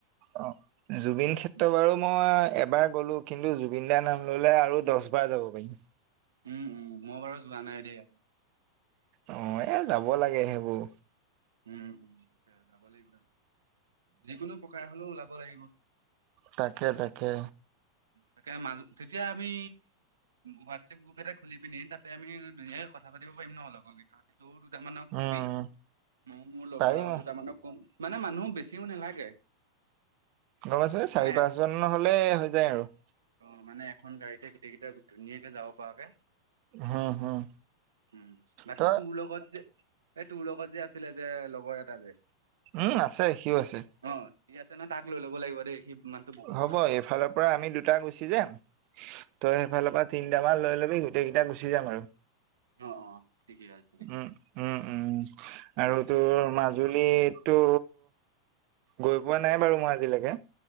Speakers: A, on the right (about 45°); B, on the right (about 70°).
A: অ জুবিন ক্ষেত্ৰ
B: উম
A: বাৰু মই এবাৰ গ'লো কিন্তু জুবিন দাৰ নাম ললে আৰু দহ বাৰ যাব পাৰিম।
B: উম উম মই বাৰু যোৱা নাই দেই।
A: অ এ যাব লাগে সেইবোৰ।
B: উম উম যাব লাগিব, যিকোনো প্ৰকাৰে হলেও ওলাব লাগিব।
A: তাকে তাকে।
B: তাকে মাজ তেতিয়া আমি হোৱাটছএপ গ্ৰুপ এটা খুলি পিনি তাতে আমি ধুনীয়াকে কথা পাতি পাৰিম নহ লগৰগিতা হতি। তৌ দুটামানক
A: উম
B: কবি মৌ মোৰ লগৰ
A: পাৰিম
B: আৰু দুটামানক কম। মানে মানুহ বেছিও নালাগে।
A: গম পাইছোঁ এ চাৰি
B: মানে
A: পাঁচজন হলে হৈ যায় আৰু।
B: অ মানে এখন গাড়ীতে গোটেইকেইটা ধুনীয়াকে যাব পৰাকে।
A: হম হম
B: উম বাকী
A: তই
B: তোৰ লগত যে এই তোৰ লগত যে আছিলে যে লগৰ এটা যে
A: উম আছে সিও আছে।
B: অ ঠিক আছে নহ তাক লৈ ল'ব লাগিব দেই সি মানুহটো বহুত
A: হ'ব
B: ভাল আকৌ।
A: এইফালৰ পৰা আমি দুটা গুচি যাম তই সেইফালৰ পৰা তিনটামান লৈ লবি গোটেই কেইটা গুচি যাম আৰু।
B: অ অ ঠিকে আছে তেতিয়া
A: উম উম উম আৰু
B: উম
A: তোৰ মাজ জুলিটো গৈ পোৱা নাই বাৰু মই আজিলৈকে।